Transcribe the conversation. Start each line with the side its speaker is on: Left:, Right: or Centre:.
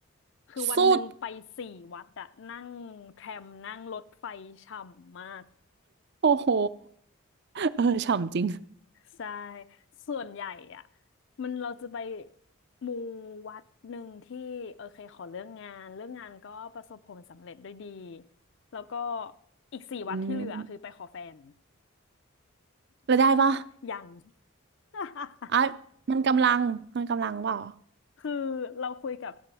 Left: คือวันหนึ่งไปสี่วัดอะนั่งแทรมนั่งรถไฟฉ่ำมาก
Right: สุด โอ้โหเออฉ่ำจริง
Left: ใช่ส่วนใหญ่อะมันเราจะไปมูวัดหนึ่งที่โอเคขอเรื่องงานเรื่องงานก็ประสบผลสำเร็จด้วยดีแล้วก็อีกสี่วัดที่เหลือคือไปขอแฟน
Right: อืมแล้วได้ปะ
Left: <laughs> ยัง <laughs>
Right: อ่ะมันกำลัง มันกำลังเปล่า
Left: คือเราคุยกับ